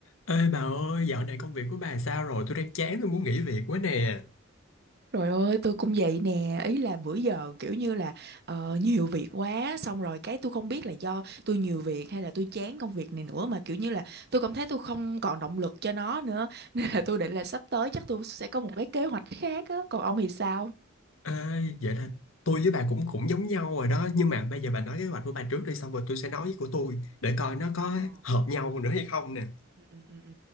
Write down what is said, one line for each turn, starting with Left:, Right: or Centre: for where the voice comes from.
Left: Ê bà ơi, dạo này công việc của bà sao rồi? Tôi đang chán, tôi muốn nghỉ việc quá nè.
Right: Trời ơi, tôi cũng vậy nè, ý là bữa giờ kiểu như là ờ, nhiều việc quá, xong rồi cái tôi không biết là do tôi nhiều việc hay là tôi chán công việc này nữa mà kiểu như là tôi cảm thấy tôi không còn động lực cho nó nữa, <laughs> nên là tôi định là sắp tới chắc tôi sẽ có một cái kế hoạch khác á, còn ông thì sao?
Left: Ê, vậy là tôi với bà cũng cũng giống nhau rồi đó. Nhưng mà bây giờ bà nói kế hoạch của bà trước đi, xong rồi tôi sẽ nói của tôi để coi nó có
Right: Ờ.
Left: hợp nhau nữa hay không nè.
Right: Ừ, ừ, ừ, ừ.